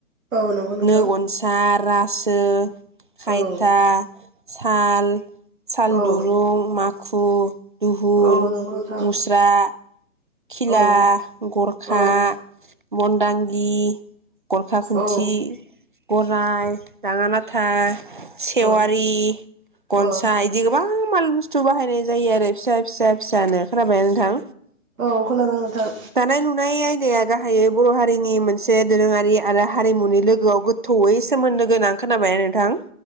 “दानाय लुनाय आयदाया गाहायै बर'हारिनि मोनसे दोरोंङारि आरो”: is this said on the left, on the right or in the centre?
Right